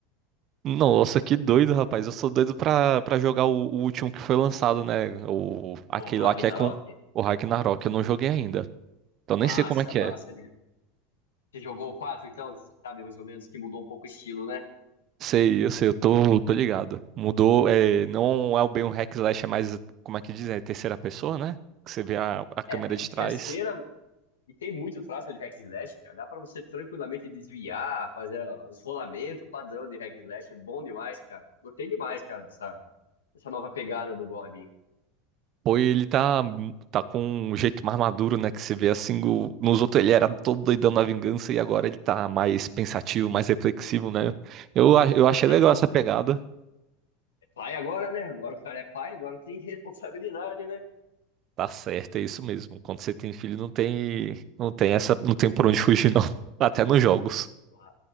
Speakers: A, on the right (about 45°); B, on the left (about 80°).
A: Nossa, que doido, rapaz. Eu sou doido pra, pra jogar o, o último que foi lançado, né? O, aquele
B: pô, Ragnarok.
A: lá que é com o Ragnarok, eu não joguei ainda. Então nem
B: Massa,
A: sei como é que
B: massa.
A: é.
B: Ele... Você jogou o 4, então, você sabe mais ou menos que mudou um pouco o estilo, né?
A: Sei, eu sei, eu tô, tô ligado. Mudou, é, não é bem um hack slash, é mais, como é que diz, é terceira pessoa, né? Que você vê a, a câmera
B: É,
A: de
B: é terceira,
A: trás.
B: e tem muito traço de hack and slash, cara. Dá pra você tranquilamente desviar, fazer os rolamentos padrão de hack and slash. Bom demais, cara. Gostei demais, cara, dessa, dessa nova pegada do God.
A: Pô, e ele tá, tá com um jeito mais maduro, né? Que você vê assim, o- nos outros ele era todo doidão na vingança e agora ele tá mais pensativo, mais reflexivo, né? Eu, a- eu achei
B: É,
A: legal
B: pô,
A: essa pegada.
B: é pai agora, né? Agora o cara é pai, agora tem <laughs> responsabilidade, né?
A: Tá certo, é isso mesmo. Quando você tem filho, não tem, não tem essa, não tem por onde fugir, não. <laughs> Até nos jogos.
B: Ah,